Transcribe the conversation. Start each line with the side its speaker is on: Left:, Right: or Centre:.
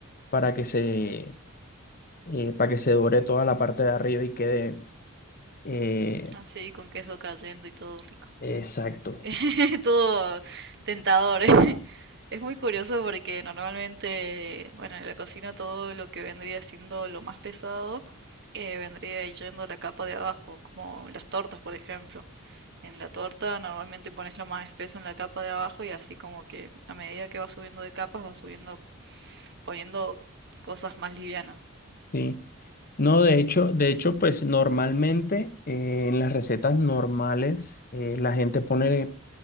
Left: para que se, eh, para que se dore toda la parte de arriba y quede eh,
Right: así con queso cayendo y todo rico.
Left: exacto.
Right: <laughs> Todo tentador. ¿eh? Es muy curioso porque normalmente, bueno, en la cocina todo lo que vendría siendo lo más pesado eh, vendría yendo a la capa de abajo, como las tortas, por ejemplo. En la torta normalmente pones lo más espeso en la capa de abajo y así como que a medida que va subiendo de capas va subiendo poniendo cosas más livianas.
Left: Sí. No, de hecho, de hecho, pues normalmente eh, en las recetas normales eh, la gente pone